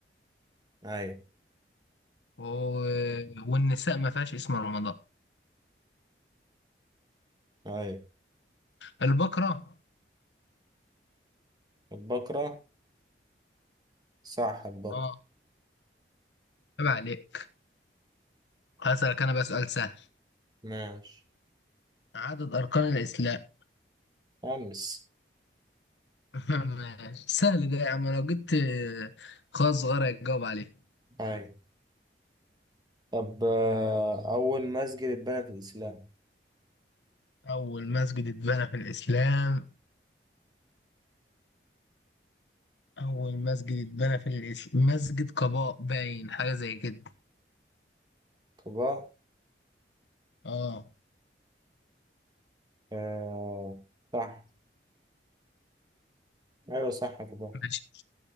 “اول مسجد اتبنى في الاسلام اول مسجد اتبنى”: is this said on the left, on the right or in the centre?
Left